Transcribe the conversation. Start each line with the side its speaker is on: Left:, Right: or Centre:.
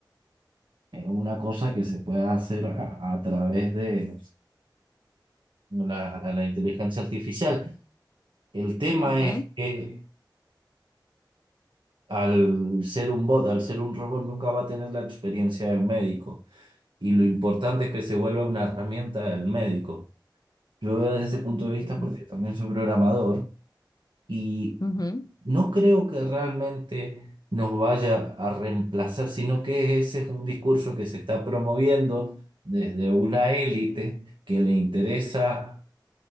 Right: es una cosa que se puede hacer a, a través de la, la inteligencia artificial. El tema
Left: Ujú,
Right: es que al ser un bot, al ser un robot, nunca va a tener la experiencia del médico. Y lo importante es que se vuelva una herramienta del médico. Yo veo desde ese punto de vista
Left: ujú,
Right: porque también soy programador. Y
Left: ujú,
Right: No creo que realmente nos vaya a reemplazar, sino que ese es un discurso que se está promoviendo desde una élite que le interesa